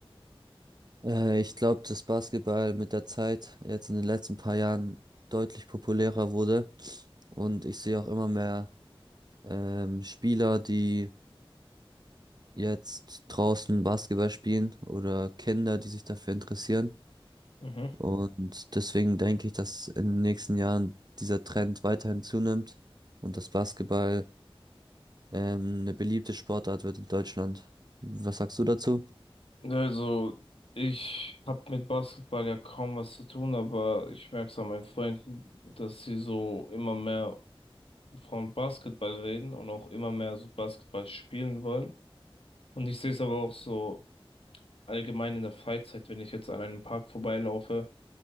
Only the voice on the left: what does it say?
Mhm.
Also, ich habe mit Basketball ja kaum was zu tun, aber ich merke es an meinen Freunden, dass sie so immer mehr von Basketball reden und auch immer mehr so Basketball spielen wollen. Und ich sehe es aber auch so allgemein in der Freizeit, wenn ich jetzt an einem Park vorbeilaufe.